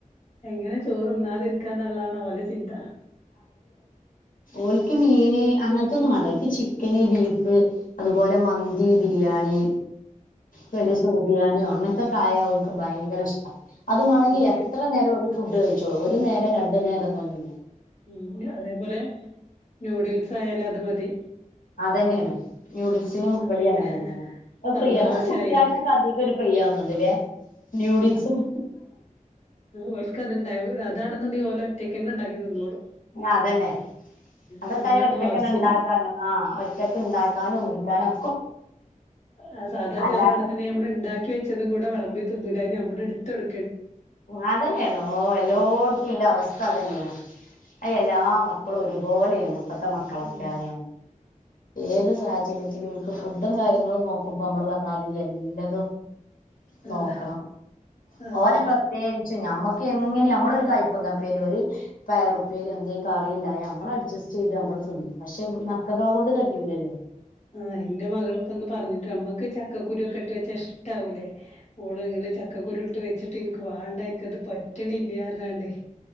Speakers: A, on the left; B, on the left.
A: എങ്ങനെ ചോറ് തിന്നാതിരിക്കാന്ള്ളതാണ് ഓലെ ചിന്ത
B: ഒല്ക്ക് മീന് അങ്ങനത്തൊന്നും വാണ്ട ഒല്ക്ക് ചിക്കന് ബീഫ് അതുപോലെ മന്തി ബിരിയാണി വല്ല സുര്ബിയാനിയോ അങ്ങനത്തെകായാ ഓല്ക്ക് ഭയങ്കര ഇഷ്ട അതുമാണെങ്കിൽ
A: ആഹ് പി
B: എത്ര നേരം ഒരു ഫുഡ് കഴിച്ചോളൂ ഒരു നേരം രണ്ടു നേരംന്നൊന്നുല്ല
A: ഉ അതേപോലെ ന്യൂഡിൽസ് ആയാലത് മതി
B: അതെന്നെയാണ് നൂഡിൽസിനും
A: ആഹ് എന്നാ
B: ഇവിടെം
A: പിന്നെ
B: അങ്ങനെന്നെയാണ് അത്
A: സന്തോഷായി
B: പ്രീയാണ് അത് കുട്യാൾക്കൊക്കെ
A: ഓൽക്ക്
B: അധികം ഒരു പ്രീയാ ണ്ട്ലെ ന്യൂഡിൽസും
A: ഓല്ക്കത് ഇണ്ടായ അതാണെന്ണ്ടങ്കിൽ ഓലോറ്റക്ക്ണ്ടാക്കി നിന്നോളും
B: ആ അതന്നെ അതൊക്കയ്ന്
A: ഞമ്മളൊന്നും
B: ഒറ്റക്കെന്നെ
A: ആവശ്യല്ല
B: ണ്ടാക്കാനും ആ ഒറ്റക്ക്ണ്ടാക്കാനും കുടിക്കാനും
A: ആ സാധാ
B: അല്ലാത്ത
A: ചോറാണ് ന്ണ്ടെങ്കി നമ്മള്ണ്ടാക്കി വെച്ചതും കൂടെ വെളമ്പി തിന്നൂല അത് നമ്മള് എടുത്തെട്
B: അതന്നെയണോ എല്ലോടത്തുംല്ല അവസ്ഥ അതന്നെയാണ് അ എല്ലാ മക്കളും ഒരുപോലെയാണ് ഇപ്പത്തെ മക്കളൊക്കെ
A: ഉം
B: അറിയ ഏത് സാഹചര്യത്തിൽ ഓൽക്ക് ഫുഡും കാര്യങ്ങളും നോക്കുമ്പോ നമ്മള് പറഞ്ഞ മാതിരി എല്ലതും നോക്കണം
A: ആഹ് ആഹ്
B: ഓലെ പ്രത്യേകി ച്ച്നമ്മക്ക് എങ്ങനെം നമ്മളൊരു കൈപ്പങ്ങപ്പേരി ഒരു പയറുപ്പേരി എന്തെലും കറിണ്ടായ നമ്മളഡ്ജസ്റ്റ് ചെയ്ത് നമ്മള് തിന്നും പക്ഷെ ഈ മക്കകളെ കൊണ്ട് കയ്യൂല്ലല്ലോ
A: ആ എന്റെ മകള് ഇപ്പേന്ന് പറഞ്ഞിട്ട് നമ്മക്ക് ചക്കക്കുരു ഒക്കെ ഇട്ട് വെച്ചാ ഇഷ്ടാവൂലേ ഓള് ഇങ്ങള് ചക്കക്കുരു ഇട്ട് വെച്ചിട്ട് ഇന്ക്ക് വാണ്ട ഇന്ക്കത് പറ്റണില്ല പറഞ്ഞ്ങാണ്ടേ